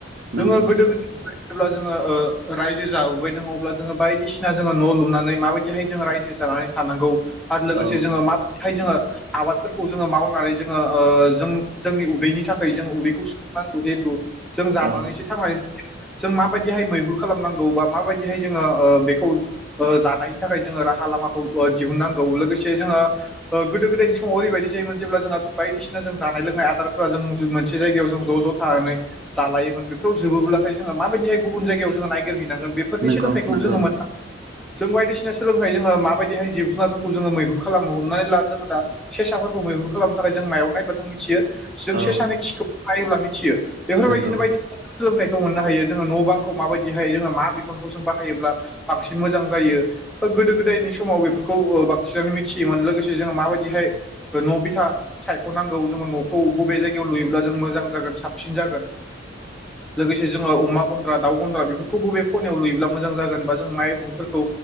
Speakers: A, on the right (about 45°); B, in the centre.
A: नंगौ
B: जोङो
A: नंगौ
B: गोदो-गो जेब्ला जोङो ओ रायजो जाबोबायदों अब्ला जोङो बायदिसिना जोङो न' लु नानै माबायदिहाय जङो रायजो जानानै थानांगौ आरो लोगोसे
A: औ
B: जोङो मा हाय जोङो आबादफोरखौ जोङो मावनानै जोङो ओ जों जोंनि उदैनि थाख जों उदैखौ सुफुननांगौ जिहेथु जों जानानैसो
A: औ
B: थांनानै दं। जों माबायदिहाय मैहुर खालामनांगौ बा माबायदिहाय जोङो ओ बेखौ ओ जानायनि थाखाय जों। ओ राहा लामाखौ ओ दिहुनांग लोगोसे जोङो गोदो गोदायनि समाव ओरैबायदि जायोमोन जेब्ला जोंहा बाय दिसिना जानाय लोंनाय आदारफोरा जों मोनसे जाय जों ज'-ज' थानानै जालायोमोन बेफोराव जोबोब्ला। नाथाय जोङो माबायदिहाय गुबुन जायायाव जोङो नागिरहैनांगोन बेफोरनि
A: नंगौ
B: सोलोंथाइखौबो
A: नंगौ
B: जोङो मो जों बायदिसिना सोलोंथाइ जोङो माबायदिहाय जिब जुनारफोरखौ जोङो मैहुर खालामनो हमनानै ला जोङो दा सेसा खौ मैहुर खालामनो थाखाय जों मायाव नायबा जों मिथियो। जों
A: औ
B: से सानै खिखौ नायोब्ला मिथियो बेफोरबायदिनो
A: नंगौ
B: बायदिसिना सोलोंथाइ। मोननो हायो न' बां मायदिायो जोो मा बिफांखौ जों बाहायोब्ला बांसिन मोजां जायो। गोद गोदायनि समाव बेफोरखौ ओ बांसिनानो मिथियोन लोगोसे जों माबायदिहाय न' बिथा सायख'नां जोङो न'खौ बबे जायगायाव लुयोब्ला जों मोजां जागोन साबसिन जागोन। लोगोसे जोङो अमा गन्द्रा दाउ गन्द्रा बेफोरखौ बबे खनायाव लुयोब्ला मोजां जागोन बा जों माइबंफोरखौ